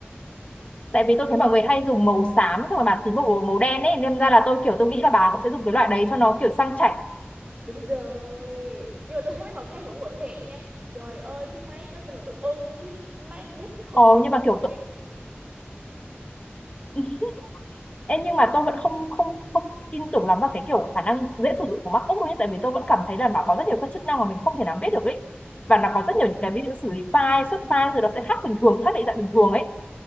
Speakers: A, on the left (about 30°); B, on the right (about 20°).
A: tại vì tôi thấy mọi người hay dùng màu xám xong rồi bà thì màu màu đen ấy nên ra là tôi kiểu tôi nghĩ là bà cũng sẽ dùng cái loại đấy cho nó kiểu sang chảnh
B: Đúng rồi Nhưng mà tôi thấy mấy màu khác vẫn vẫn đẹp nha Trời ơi cái máy Nói chung là tôi ưng cái MacBook thật
A: ồ
B: sự
A: nhưng mà kiểu
B: luôn ấy
A: tôi, ừ, Ê, nhưng mà tôi vẫn không không không tin tưởng lắm vào cái kiểu khả năng dễ sử dụng của MacBook đâu nhé tại vì tôi vẫn cảm thấy là nó có rất nhiều các chức năng mà mình không thể nào biết được ấy và nó có rất nhiều những cái ví dụ xử lý file xuất file rồi nó sẽ khác bình thường khác định dạng bình thường ấy